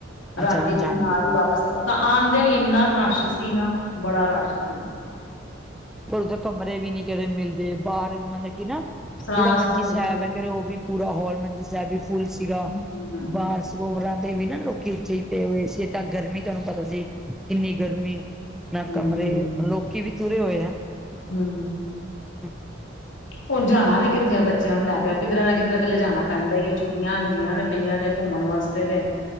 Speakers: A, on the left (about 75°); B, in the centre.
A: ਰਾਤੀ
B: ਅੱਛਾ ਅਣਜਾਣੇ
A: ਅਸੀਂ ਨਾਲ
B: ਕੀਤਾ
A: ਈ ਵਾਪਸ ਤਾਂ ਆਂਦਿਆਂ ਵੀ ਇੰਨਾ ਰਸ਼ ਸੀ ਨਾ, ਬੜਾ ਰਸ਼ ਸੀ।
B: ਫਿਰ ਉੱਧਰ ਕਮਰੇ ਵੀ ਨੀ ਜੇੜੇ ਮਿਲਦੇ ਬਾਅਰ ਵੀ ਮਲਬ ਕਿ ਨਾ
A: ਸਰਾਂ
B: ਜੇੜਾ ਮੰਜੀ
A: ਸਰੂੰ
B: ਸੈਬ
A: ਚ
B: ਐ ਫੇਰ ਓ ਵੀ ਪੂਰਾ ਹੋਲ ਮੰਜੀ ਸੈਬ ਵੀ ਫੁਲ ਸੀਗਾ,
A: ਹਮ
B: ਬਾਅਰ ਸਰੋਵਰਾਂ ਤੇ ਵੀ ਨਾ ਲੋ ਲੋਕੀ ਨੀਚੇ ਈ ਪਏ ਹੋਏ ਸੀ ਤਾਂ ਗਰਮੀ ਤੁਆਨੂੰ ਪਤਾ ਸੀ, ਕਿੰਨੀ ਗਰਮੀ, ਨਾ
A: ਹਮ
B: ਕਮਰੇ ਔਰ ਲੋਕੀ ਵੀ ਤੁਰੇ ਹੋਏ ਐ।
A: ਹੂੰ।
B: ਹ
A: ਹੁਣ ਜਾਣਾ ਵੀ ਕਿੱਥੇ ਬੱਚਿਆਂ ਨੂੰ ਲੈ ਕੇ, ਕਿੱਧਰੇ ਨਾ ਕਿੱਧਰੇ ਤੇ ਲਿਜਾਣਾ ਪੈਂਦਾ ਈ ਐ ਛੁੱਟੀਆਂ ਹੁੰਦੀਆਂ ਨੇ ਪਈਆਂ ਨੇ ਘੁੰਮਣ ਵਾਸ ਵਾਸਤੇ ਤੇ,